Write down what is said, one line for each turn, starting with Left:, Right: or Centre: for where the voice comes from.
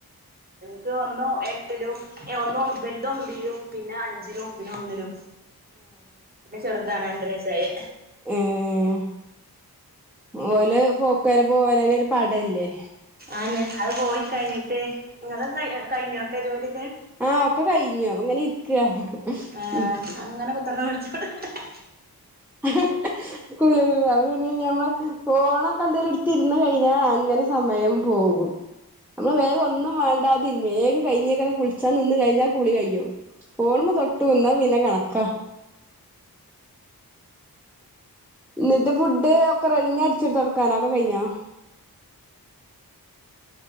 Right: ഇത് ഒന്നു എട്ടിലും ഒന്ന് ഒമ്പ് വലുത് ഒമ്പിലും പിന്നെ അഞ്ചിലും ഒമ്പിലും ഒന്നിലും ചെറു രണ്ടര വയസായി
Centre: ഉം ഓല് <unintelligible> പോവലന്നെ ഒരു പടയില്ലേ
Right: ആന്ന് അത് പോയി കഴിഞ്ഞിട്ട് നിങ്ങള് നയി കഴിഞ്ഞോ ഒക്കെ ജോലി
Centre: ആ ഒക്കെ കഴിഞ്ഞു അങ്ങനെ ഇരിക്കാ
Right: ആഹ്
Centre: ഉം
Right: <unintelligible>
Centre: <unintelligible> അത് പിന്നെ ഞമ്മൾ ഫോണൊക്കെ എന്തേലും എടുത്ത് ഇരുന്ന് കഴിഞ്ഞ അങ്ങനെ സമയം പോകും നമ്മള് വേറെ ഒന്നും വേണ്ടദിൻ വേഗം കഴിഞ്ഞേക്കണ് കുളിച്ചാൻ നിന്ന് കഴിഞ്ഞ കുളി കഴിഞ്ഞു ഫോണുമെ തൊട്ടു നിന്ന പിന്നെ കണക്കാ എന്നിട്ട് ഫുഡ് ഒക്കെ റെഡി പിന്നെ അടിച്ചിര് തൊടക്കാനൊക്കെ കഴിഞ്ഞോ